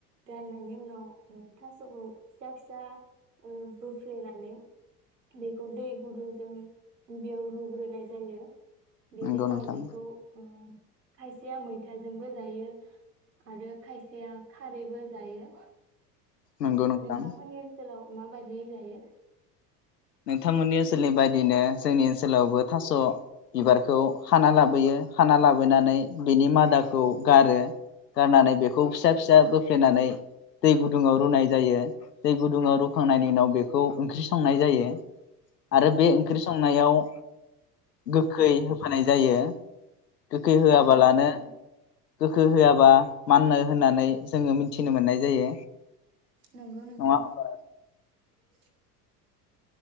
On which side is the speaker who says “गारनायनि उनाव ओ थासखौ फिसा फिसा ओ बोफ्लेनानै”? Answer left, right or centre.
Right